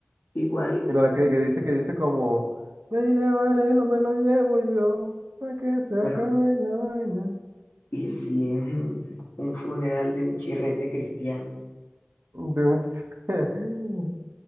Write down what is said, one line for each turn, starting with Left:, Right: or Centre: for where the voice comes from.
Left: igual,
Right: Mira la que, que dice que dice como Me lleva él o me lo llevo yo. Para que se
Left: pero
Right: acabe la vaina.
Left: ¿y si es un, un funeral de un chirrete cristiano?
Right: De un ch- <laughs>